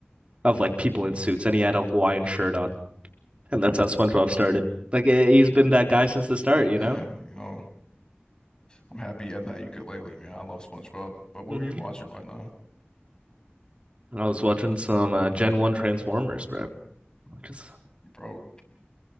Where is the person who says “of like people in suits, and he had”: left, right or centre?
Right